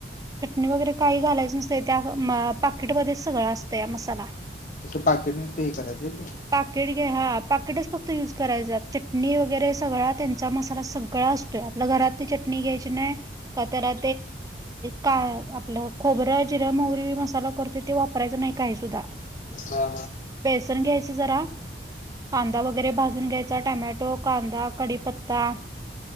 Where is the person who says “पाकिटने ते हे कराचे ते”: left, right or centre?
Left